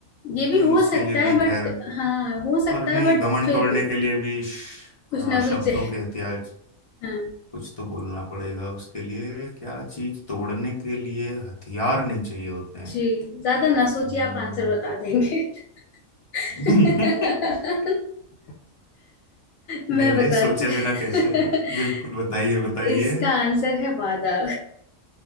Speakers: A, on the left; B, on the left.
A: ये
B: नहीं
A: भी हो
B: उसके
A: सकता
B: लिए
A: है
B: भी
A: बट
B: खैर
A: हाँ हो सकता
B: पर नहीं
A: है बट
B: घमंड
A: फिर
B: तोड़ने
A: भी
B: के लिए भी श-
A: कुछ
B: हाँ,
A: ना
B: शब्दों
A: कुछ
B: के हथियार
A: है
B: कुछ तो बोलना पड़ेगा उसके लिए क्या चीज तोड़ने के लिए हथियार नहीं चाहिए होते हैं
A: जी ज्यादा ना सोचिए
B: हम्म।
A: आप आंसर बता देंगे <laughs>
B: <laughs>
A: मैं
B: नहीं नहीं
A: बताती
B: सोचे बिना कैसे
A: <laughs>
B: बिल्कुल बताइए बताइए
A: इसका आंसर है वादा